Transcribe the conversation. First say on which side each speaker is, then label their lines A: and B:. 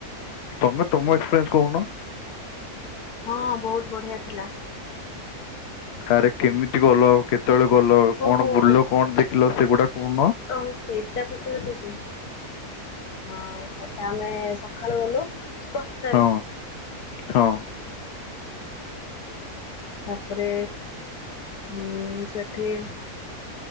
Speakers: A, on the left; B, on the left.
A: ତମେ ତମ ଏକ୍ପିରେନ୍ସ କହୁନ।
B: ହଁ ବହୁତ ବଢିଆ ଥିଲା।
A: ଆରେ କେମିତି ଗଲ କେତେବେଳେ ଗଲ
B: ଓହୋ
A: କଣ ବୁଲିଲ
B: ହୋ
A: କଣ ଦେଖିଲ ସେଗୁଡା କହୁନ।
B: ଓ ହୋ ସେ ଏଟା ପଚାରୁଛ କି। ହଁ ସେଟା ଆମେ ସକାଳୁ ଗଲୁ ଦଶଟାରେ
A: ହଁ ହଁ
B: ତାପରେ ଉ ସେଠି